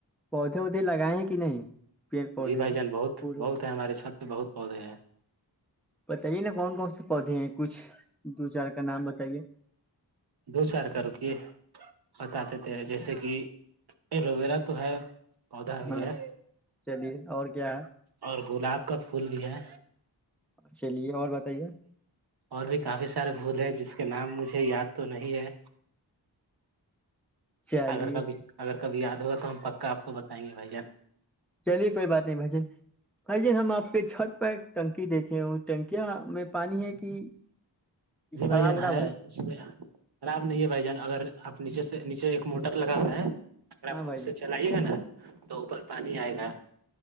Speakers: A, in the centre; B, on the right (about 60°).
A: پودے اودے لگائے ہیں کہ نہیں پیڑ پودے
B: جی بھائی جان بہت
A: پھول
B: بہت ہے ہمارے سات بہت پودے ہیں
A: بتائیے نا کون کون سے پودے کچھ دو چار کا نام بتائیے
B: دو چار کا رکیے بتات دی تھے جیسے کہ ایلوویرا تو ہے پودا ہو
A: ہاں
B: ہے
A: چلیے اور کیا ہے
B: اور گلاب کا پھول بھی ہے
A: چلیے اور بتائیے
B: اور بھی کافی سارے پھول ہیں جس کے نام مجھے یاد تو نہیں ہے
A: چلیے
B: اگر کبھی اگر کبھی یاد ہوا تو ہم پکاپ کو بتائیں گے بھائی جان
A: چلیے کوئی بات نہیں بھائی جن بھائی جن ہم آپ کے چھٹ ٹنکی دیکھے ہ ٹنکیاں میں پانی ہے کہ کہ
B: جی
A: خراب
B: بھائی جان
A: وراب
B: ہے اس میں خراب نہیں ہے بھائی جان اگر آپ نیچے سے نیچے ایک موٹر لگا ہوا ہے اا
A: ہاں
B: پا
A: بھائی
B: سے چلائیے گا نا تو اوپر پانی آئے گا